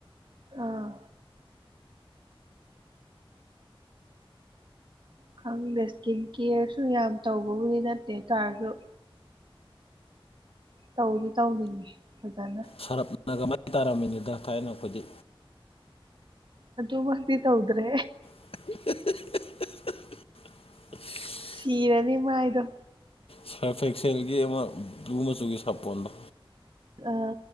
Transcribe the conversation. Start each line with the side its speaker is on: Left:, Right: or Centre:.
Right: ꯑꯥ꯫ ꯈꯪꯗꯦ ꯁ꯭ꯀꯤꯟ ꯀꯦꯔꯁꯨ ꯌꯥꯝ ꯇꯧꯕꯕꯨꯗꯤ ꯅꯠꯇꯦ ꯇꯥꯔꯁꯨ ꯇꯧꯗꯤ ꯇꯧꯅꯤꯡꯉꯤ ꯐꯖꯅ꯫
Left: ꯁꯔꯞꯅꯒ ꯃꯥꯏ ꯇꯥꯔꯝꯃꯤꯅꯤꯗ ꯊꯥꯏꯅ ꯑꯩꯈꯣꯏꯗꯤ꯫
Right: ꯑꯗꯨꯃꯛꯇꯤ ꯇꯧꯗ꯭ꯔꯦ꯫
Left: <unintelligible> <unintelligible>
Right: ꯇꯤꯔꯅꯤ ꯃꯥꯥꯏꯗꯣ꯫
Left: ꯁꯥꯔꯐ ꯑꯦꯛꯁꯦꯜꯒꯤ ꯑꯃ ꯕ꯭ꯂꯨ ꯃꯆꯨꯒꯤ ꯁꯥꯄꯣꯟꯗꯣ꯫
Right: ꯑꯥ